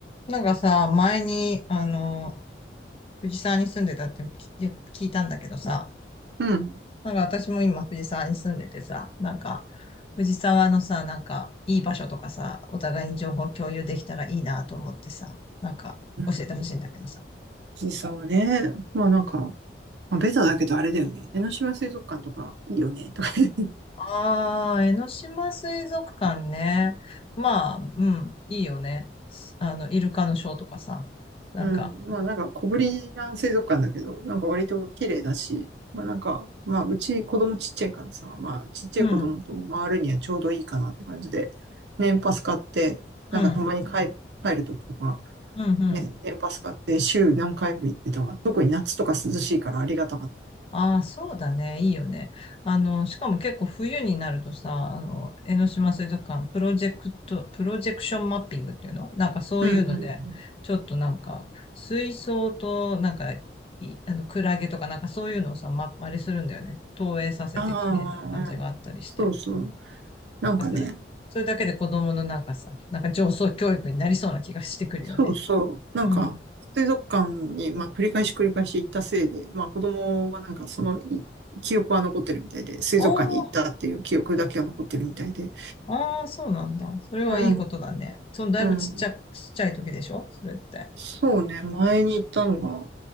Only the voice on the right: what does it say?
うん。
うん。
藤沢はね、まあなんか、まあ、ベタだけどあれだよね。江ノ島水族館とかいいよね、とかね。<laughs>
うん。まあなんか小ぶりな水族館だけど、なんか割と綺麗だし、まあなんか、まあうち子供ちっちゃいからさ、まあちっちゃい子供と回るにはちょうどいいかなって感じで、
年パス買って、
なんかたまに帰、帰るときとか、
ね、年パス買って週何回も行ってたわ。特に夏とか涼しいからありがたかっ
た。うんうん。
ああ、そうそう。なんかね、
そうそう。なんか、
水族館に、まあ、繰り返し繰り返し行ったせいで、まあ、子供はなんかそのい記憶は残ってるみたいで、水族館に行ったっていう記憶だけは残ってるみたいで。
うん、
うん。
そうね、前に行ったのが、